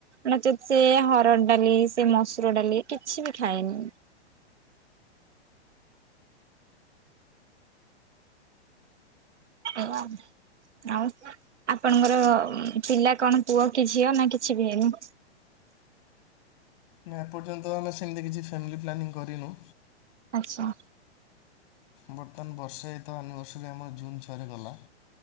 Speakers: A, on the right; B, on the left.
A: ନଚତ ସେ ହରଡ଼ ଡାଲି ସେ ମସୁର ଡାଲି କିଛି ବି ଖାଏନି। ଅ ଆ। ଆଉ ଆପଣଙ୍କର ପିଲା କଣ ପୁଅ କି ଝିଅ ନା କିଛି ବି ହେଇନି?
B: ନା ଏପର୍ଯ୍ୟନ୍ତ ଆମେ ସେମିତି କିଛି ଫ୍ୟାମିଲି ପ୍ଲାନିଂ କରିନୁ।
A: ଆଚ୍ଛା।
B: ବର୍ତ୍ତମାନ ବର୍ଷେ ତ ଆନିଭର୍ସରୀ ଆମର ଜୁନ୍ ଛଅରେ ଗଲା।